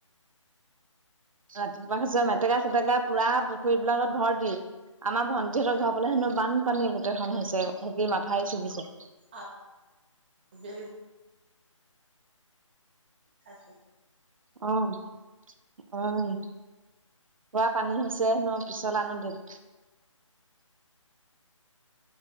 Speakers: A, on the right (about 80°); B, on the right (about 20°).
A: ৰাতিপুৱা হৈছে মেটেকা চেটেকা পুৰা পুখুৰী বিলাকত ভৰ্তি আমাৰ ভণ্টিহঁতৰ ঘৰ পালে হেনো বানপানী গোটেইখন হৈছে সকি মাথাউৰি ছিগিছে
B: অহ জিলাপী থাকো
A: আহ হয় পুৰা পানী হৈছেে নো পিছলা নদীত